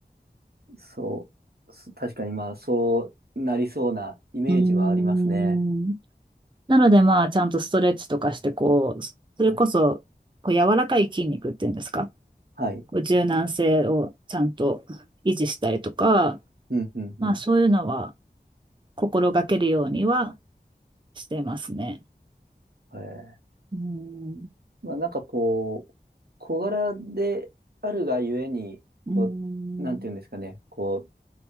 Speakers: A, on the right (about 65°); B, on the right (about 30°).
A: そう、す確かにまあ、そうなりそうなイメージはありますね。
B: うん、なのでまあ、ちゃんとストレッチとかして、こう、それこそ、
A: はい。
B: こう柔らかい筋肉っていうんですか、
A: はい。
B: こう柔軟性をちゃんと維持したりとか、
A: うん、うん、うん。
B: まあそういうのは、心がけるようにはしてますね。
A: えー、
B: うん、
A: まあ、なんかこう、小柄であるがゆえに、こう、
B: うん、
A: なんていうんですかね、こう、